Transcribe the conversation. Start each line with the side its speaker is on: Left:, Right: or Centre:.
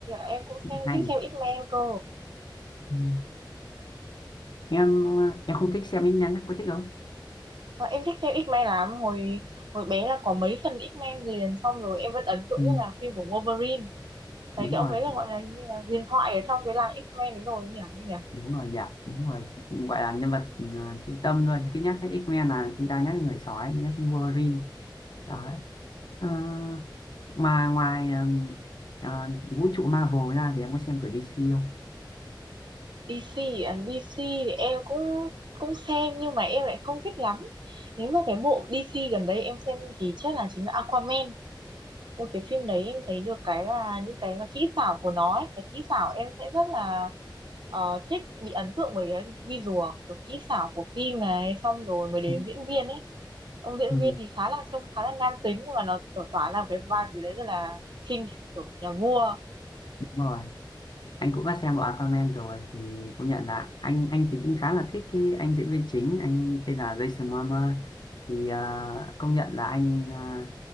Right: em cũng xem
Left: hay
Right: thích
Left: nhỉ
Right: xem X-Men cơ
Left: ừ. em ờ, em không thích xem X-Men á, có thích không
Right: Và em thích xem X-Men lắm hồi hồi bé là có mấy phần X-Men liền xong rồi em vẫn ấn tượng
Left: ừ,
Right: nhất là phim của Wolverine thấy
Left: đúng
Right: cái
Left: rồi
Right: ông ấy là
Left: đúng
Right: gọi
Left: rồi.
Right: là như là huyền thoại ở trong cái làng X-Men đấy rồi ấy nhỉ
Left: đúng rồi dạ đúng rồi gọi là nhân vật ờ, trung tâm luôn cứ nhắc tới X-Men là chúng ta nhắc đến người sói nhắc đến Wolverine đó Ờ, mà ngoài ờ, ờ, vũ trụ Marvel ra thì em có xem của DC không
Right: DC à, DC thì em cũng cũng xem nhưng mà em lại không thích lắm nếu mà cái bộ DC gần đây em xem thì chắc là chính là Aquaman một cái phim đấy em thấy được cái là những cái mà kỹ xảo của nó ấy. cái kỹ xảo em sẽ rất là ờ, thích bị ấn tượng bởi cái visual kiểu kỹ xảo của phim này xong rồi mới đến
Left: ừ,
Right: diễn viên ấy ông diễn
Left: ừ,
Right: viên thì khá là trông khá là nam tính và nó kiểu tỏa ra một cái vibe gì đấy rất là king kiểu nhà vua
Left: đúng rồi anh cũng đã xem bộ Aquaman rồi thì cũng nhận là anh anh thì cũng khá là thích cái anh diễn viên chính anh tên là Jason Momoa thì à, công nhận là anh à,